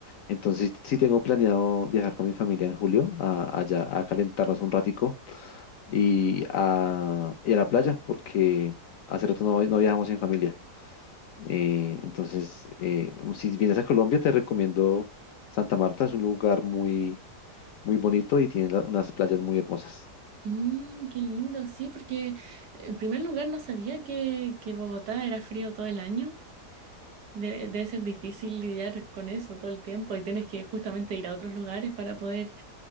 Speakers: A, on the left (about 70°); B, on the right (about 70°).
A: Entonces sí sí tengo planeado viajar con mi familia en julio a, allá a calentarnos un ratico y a, y a la playa, porque hace rato no, no viajamos en familia. Eh, entonces, eh, si vienes a Colombia, te recomiendo Santa Marta. Es un lugar muy, muy bonito y tiene la- unas playas muy hermosas.
B: Mm, qué lindo, sí, porque en primer lugar no sabía que, que Bogotá era frío todo el año. Debe, debe ser difícil lidiar con eso todo el tiempo y tienes que justamente ir a otros lugares para poder